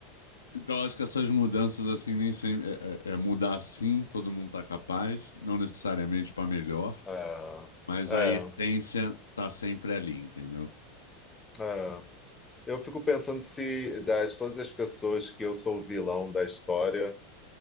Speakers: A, on the left; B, on the left.
A: Então, acho que essas mudanças, assim, nem sempre. É, é- é mudar assim, todo mundo tá capaz, não necessariamente para melhor,
B: é,
A: mas
B: é.
A: a essência tá sempre ali, entendeu?
B: é. Eu fico pensando se das todas as pessoas que eu sou o vilão da história,